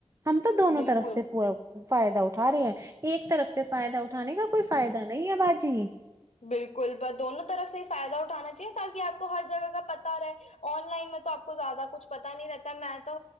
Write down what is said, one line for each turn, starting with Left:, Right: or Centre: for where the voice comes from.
Right: ہم تو دونوں
Left: بالکل
Right: طرف سےا فائدہ اٹھا رہے ہیں ایک طرف سے فائدہ اٹھانے کا کوئی فائدہ نہیں ہے باجی
Left: بالکل ب دونوں طرف سے ہی فائدہ اٹھانا چاہیے تاکہ آپ کو ہر جگہ کا پتا رہے آن لائن میں تو آپ کو زیادہ کچھ پتا نہیں رہتا میں تو